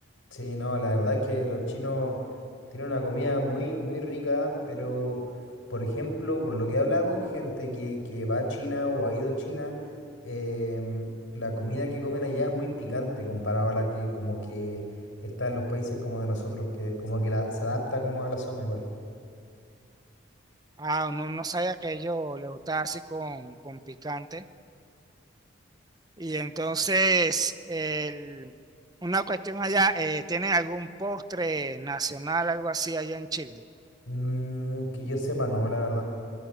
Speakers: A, on the left (about 85°); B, on the right (about 20°).
A: Sí, no, la verdad es que los chinos tienen una comida muy, muy rica, pero, por ejemplo, por lo que he hablado con gente que, que va a China o ha ido a China, em, la comida que comen allá es muy picante comparado a la que como que está en los países como de nosotros, que como que la, se adapta como a la zona igual.
B: Ah, no, no sabía que a ellos les gustaba así con, con picante. Y entonces, el- una cuestión allá, eh, ¿tienen algún postre nacional, algo así allá en Chile?
A: Mm, que yo sepa, no, la verdad.